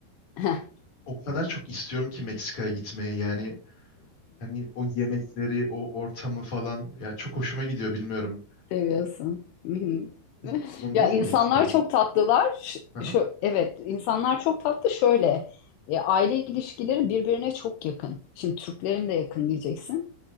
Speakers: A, on the left; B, on the left.
A: <laughs>
B: o kadar çok istiyorum ki Meksika'ya gitmeye. Yani hani o yemekleri, o ortamı falan ya çok hoşuma gidiyor bilmiyorum.
A: seviyorsun. <laughs>
B: Siz bulundunuz
A: Ya insanlar
B: mu Meksika'da?
A: çok tatlılar. Ş-
B: Aha,
A: Şu, evet, insanlar çok tatlı. Şöyle, e, aile ilişkileri birbirine çok yakın. Şimdi Türklerin de yakın diyeceksin.